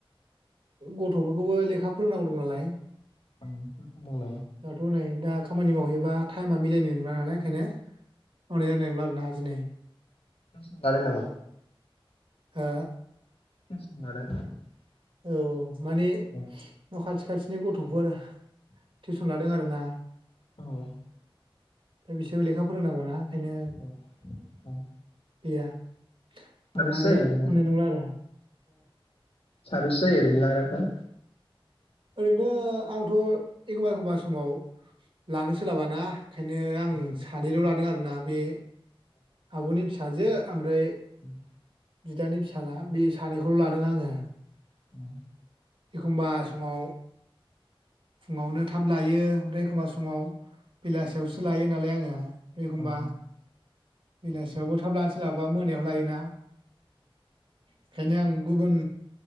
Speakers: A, on the right; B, on the left.
A: गथ'फोरखौबो लेखा फोरोंनांगौ दं नालाय
B: <unintelligible>
A: दाथ' नै दा खामानि मावहैबा टाइमा मिलायनाय नंला नालाय ओंखायनो <unintelligible> दिनै
B: <unintelligible> नामा
A: हा
B: <unintelligible>
A: औ मानि
B: औ
A: न खाथि खाथिनि गथ'फोर टिउसन लादों आरोना
B: औ
A: दा बिसोर लेखा फोरोंनांगौना ओंखायनो
B: औ औ
A: गैया
B: साबेसे
A: माबानो
B: जायो ओरैनो
A: मोननाय नंला आरो
B: साबैसे जायो ओरैनो लाग्राफोरा
A: ओरैनो आंथ' एखमबा एखमबा समाव लानो सोलाबाना ओंखायनो आं
B: औ
A: सानैल' लादों आरो ना बे आबनि फिसाजो ओमफ्राय
B: उम
A: बिदानि फिसाला बे सानैखौल' लादों आङो
B: <inaudible>
A: एखमबा समाव फुङावनो थाब लायो ओमफ्राय एखमबा समाव बेलासियावसो लायो नालाय आङो एखमबा
B: औ
A: बेलासियावबो थाब लानो सोलाबा मोनायाव लायोना बेखायनो आं गुबुन